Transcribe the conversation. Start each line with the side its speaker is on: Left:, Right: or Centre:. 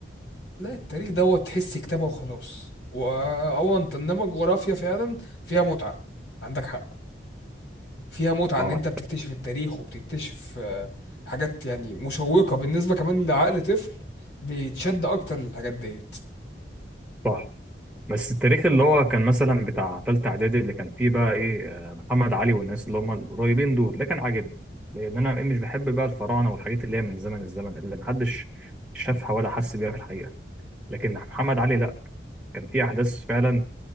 Left: لا التاريخ دوت تحس كتابه وخلاص واه انت انما الجغرافيا فعلا فيها متعه عندك حق فيها متعة ان
Centre: اه
Left: انت بتكتشف التاريخ وبتكتشف آه، حاجات يعني مشوقة بالنسبة كمان لعقل طفل بيتشد اكتر للحاجات ديت
Centre: صح بس التاريخ اللي هو كان مثلا بتاع تالتة اعدادي اللي كان فيه بقى ايه آه، محمد علي والناس اللي هم القريبين دول ده كان عاجبني لان انا إيه، مش بحب بقى الفراعنه والحاجات اللي هي من زمن الزمن اللي محدش شافها ولا حس بيها في الحقيقه لكن محمد علي لا كان فيه احداث فعلا